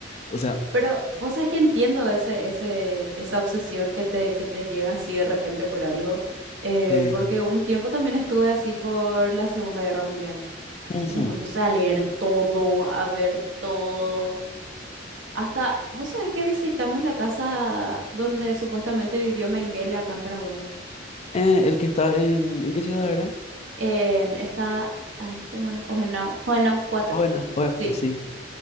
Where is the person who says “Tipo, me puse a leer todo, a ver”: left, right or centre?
Right